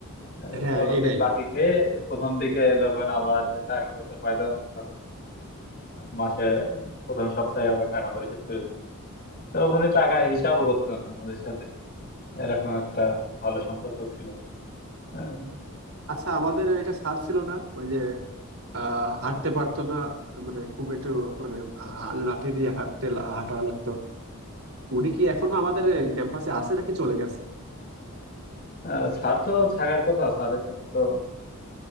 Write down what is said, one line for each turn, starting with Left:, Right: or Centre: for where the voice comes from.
Left: আহ,
Right: হ্যাঁ
Left: কতদিন
Right: এটাই
Left: বাকি খেয়ে প্রথম দিকে যখন আবার টাকা পয়সা পাইতাম আহ, মাসের প্রথম সপ্তাহে আবার টাকা পরিশোধ করে দিত তো উনি টাকা হিসাবও করতো না আমাদের সাথে এরকম একটা ভালো সম্পর্ক ছিল হ্যাঁ,
Right: আচ্ছা আমাদের এটা স্যার ছিল না ওই যে আহ হাঁটতে পারতো না মানে খুব একটু মানে আহ, লাঠি দিয়ে হাঁটতে লা- হাঁটা লাগতো উনি কি এখনো আমাদের ক্যাম্পাসে আছে নাকি চলে গেছে
Left: আহ, স্যার তো থাকার কথা স্যারের সাথে তো